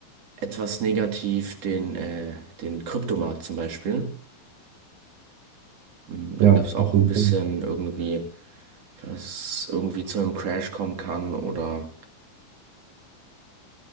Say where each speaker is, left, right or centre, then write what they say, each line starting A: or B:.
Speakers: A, on the right; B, on the right.
A: etwas negativ den, äh, den Kryptomarkt zum Beispiel. Mm, Da
B: Ja,
A: gab es auch
B: auf jeden
A: ein bisschen
B: Fall.
A: irgendwie, dass irgendwie zu einem Crash kommen kann oder